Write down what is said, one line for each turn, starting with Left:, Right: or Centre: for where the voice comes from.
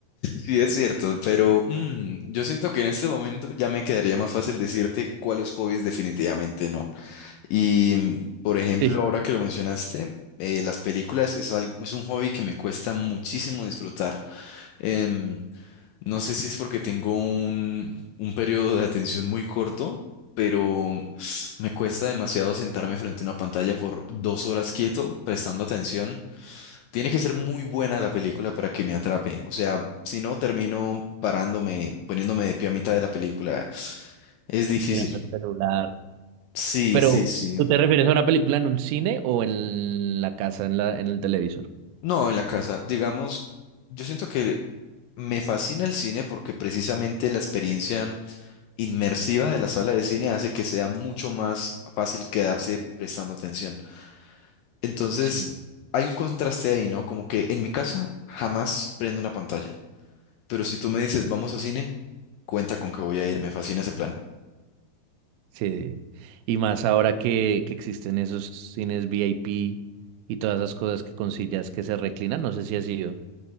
Left: Sí, es cierto, pero mm, yo siento que en este momento ya me quedaría más fácil decirte cuáles hobbies definitivamente no. Y, mm, por ejemplo,
Right: sí,
Left: ahora que lo mencionaste, eh, las películas es algo, es un hobby que me cuesta muchísimo disfrutar. Em, no sé si es porque tengo un, un periodo de atención muy corto, pero <sniffs> me cuesta demasiado sentarme frente a una pantalla por dos horas quieto, prestando atención. Tiene que ser muy buena la película para que me atrape. O sea, si no, termino parándome, poniéndome de pie a mitad de la película. Es difícil.
Right: mirando el celular.
Left: Sí,
Right: Pero,
Left: sí, sí.
Right: ¿tú te refieres a una película en un cine o en la casa, en la, en el televisor?
Left: No, en la casa. Digamos, yo siento que me fascina el cine porque precisamente la experiencia inmersiva de la sala de cine hace que sea mucho más fácil quedarse prestando atención. Entonces,
Right: Sí.
Left: hay un contraste ahí, ¿no? Como que en mi casa jamás prendo una pantalla, pero si tú me dices vamos a cine, cuenta con que voy a ir, me fascina ese plan.
Right: Sí, y más ahora que, que existen esos cines VIP y todas esas cosas que con sillas que se reclinan, no sé si ha sido.